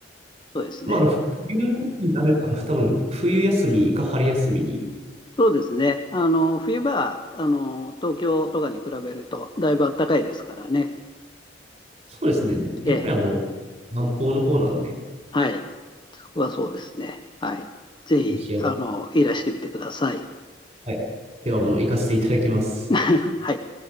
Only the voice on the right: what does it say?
まあ、あの、冬になるかな。多分、冬休みか春休みに。
そうですね。やっぱりあの、
南方の方なんで。
ロシア、
はい。ではもう行かせていただきます。